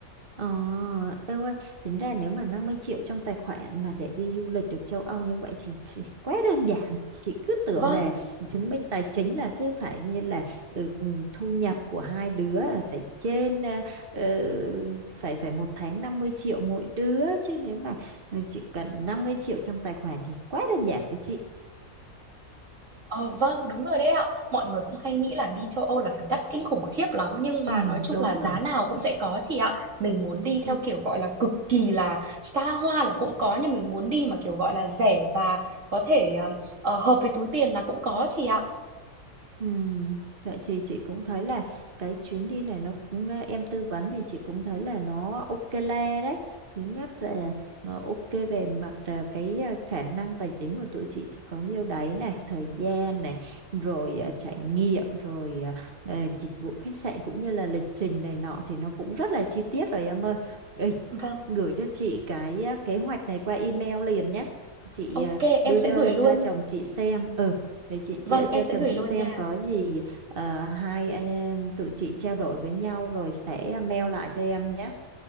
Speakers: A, on the right; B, on the right.
A: Ờ, em ơi, tính ra nếu mà 50 triệu trong tài khoản mà để đi du lịch được châu Âu như vậy thì, thì quá đơn giản. Chị cứ tưởng
B: Vâng,
A: là chứng minh tài chính là cứ phải như là ừ, ừ, thu nhập của hai đứa là phải trên ờ, ờ, phải phải một tháng 50 triệu mỗi đứa chứ nếu mà ờ, chỉ cần 50 triệu trong tài khoản thì quá đơn giản với chị.
B: ờ, vâng, đúng rồi đấy ạ. Mọi người cũng hay nghĩ là đi châu Âu là phải đắt kinh khủng khiếp lắm nhưng mà
A: Ừ,
B: nói chung
A: đúng
B: là giá
A: rồi.
B: nào cũng sẽ có chị ạ. Mình muốn đi
A: Ừ.
B: theo kiểu gọi là cực kỳ là xa hoa là cũng có nhưng mình muốn đi mà kiểu gọi là rẻ và có thể ờ, ờ, hợp với túi tiền là cũng có chị ạ.
A: Ừ, vậy thì chị cũng thấy là cái chuyến đi này nó cũng ờ, em tư vấn thì chị cũng thấy là nó ok le đấy. Thứ nhất là ờ, ok về mặt ờ, cái ờ, khả năng tài chính của tụi chị thì có nhiêu đấy này, thời gian này, rồi ờ, trải nghiệm, rồi ờ, ờ, dịch vụ khách sạn cũng như là lịch trình này nọ thì nó cũng rất là chi tiết rồi em ơi. Ê,
B: Vâng,
A: gửi cho chị cái ờ, kế hoạch này qua email liền nhé. Chị
B: ok,
A: ờ,
B: em
A: đưa
B: sẽ
A: cho
B: gửi luôn.
A: cho chồng chị xem. Ừ để chị,
B: Vâng,
A: chị
B: em
A: cho
B: sẽ
A: chồng
B: gửi
A: chị
B: luôn
A: xem
B: nha.
A: có gì ờ, hai anh em tụi chị trao đổi với nhau rồi sẽ mail lại cho em nhé.